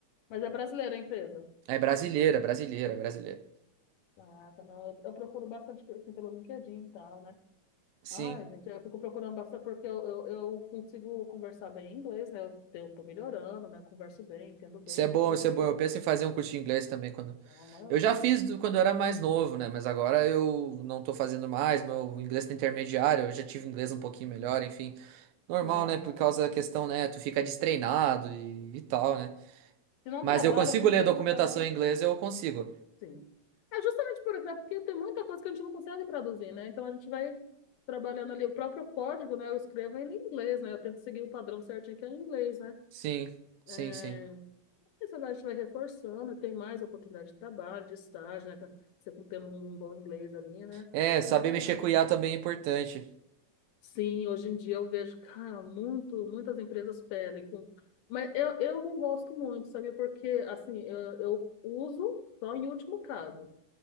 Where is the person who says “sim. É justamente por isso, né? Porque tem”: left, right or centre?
Left